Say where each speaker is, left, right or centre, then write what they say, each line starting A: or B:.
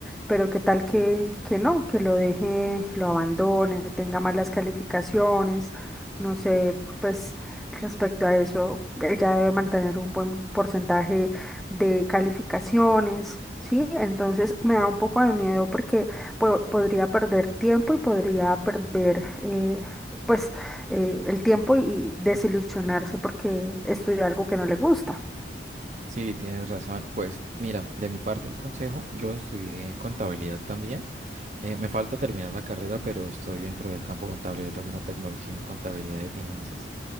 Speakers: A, in the centre; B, on the right.
A: Pero qué tal que, que no, que lo deje, lo abandone, tenga malas calificaciones, no sé, pues respecto a eso, ella debe mantener un buen porcentaje de calificaciones, ¿sí? Entonces me da un poco de miedo porque po- podría perder tiempo y podría perder, eh, pues, eh, el tiempo y desilusionarse porque estudia algo que no le gusta.
B: Sí, tienes razón. Pues mira, de mi parte un consejo, yo estudié contabilidad también. Eh, me falta terminar la carrera, pero estoy dentro del campo contable. Yo tengo una tecnología en contabilidad y finanzas.